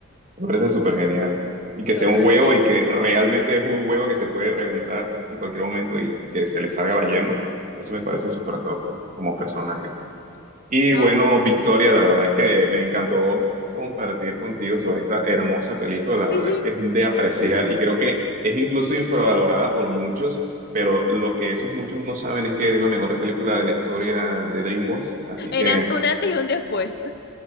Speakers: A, on the right (about 35°); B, on the left (about 45°).
A: Me parece súper genial. Y que
B: Total.
A: sea un huevo y que realmente es un huevo que se puede reventar en cualquier momento y que se le salga la yema, eso me parece súper top como personaje. Y
B: No.
A: bueno, Victoria, la verdad es que me encantó compartir contigo sobre esta hermosa película. La verdad
B: <laughs>
A: es que es de apreciar y creo que es incluso infravalorada por muchos, pero lo que esos muchos no saben es que es la mejor película de la historia de DreamWorks. Así que
B: En an- un antes y un después.